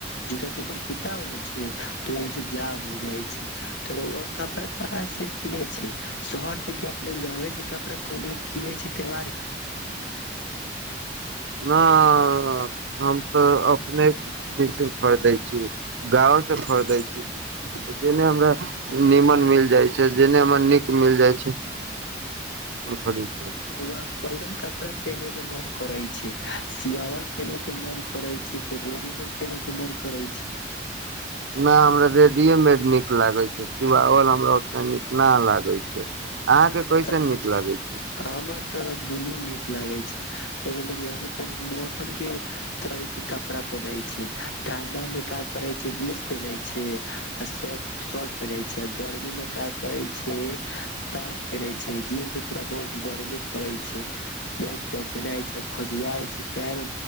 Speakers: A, on the left; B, on the right.
A: जूता चप्पल कीताउ ने छै तऽ ओहिस जाम हो जाइ छै त कपड़ा कहाँ से किने छै शहर से कि अपने गाँव से कपड़ाने किने छै त्यौहार के
B: न हम तऽ अपनेसम खरीदै छी गायोसँ खरीदै छी जेने हमरा नीमन मिल जाइ छै जेने हमरा नीक मिल जाइ छै खरीद छी
A: त कइसन कपड़ा पेन्हे के मन करै छैई सियाावल पेन्हे के मन करै छैई कि रेडीमेड पेन्हे के मन करै छैई
B: न हमरा रेडीएमेड नीक लागे छै सिवावल हमरा ओतना नीक न लागे छै अहाँके कैसन
A: तनि
B: नीक लागै छै
A: हमरा तोरा दुनू नीक लागे छै लेकिन देखिही हम त मौसम के तरह स कपड़ा पहिनैछी ठांडा मे की करै छै जींस पहिनैछी छी आ श शर्ट पहिनैछी गर्मी मे का करै छी पेंट पहिनैय छीयै जींस से थोड़ा बहुत गर्मी करै छैइ बहुत पसेनाइ छैई खजुआइ छैइ पैरो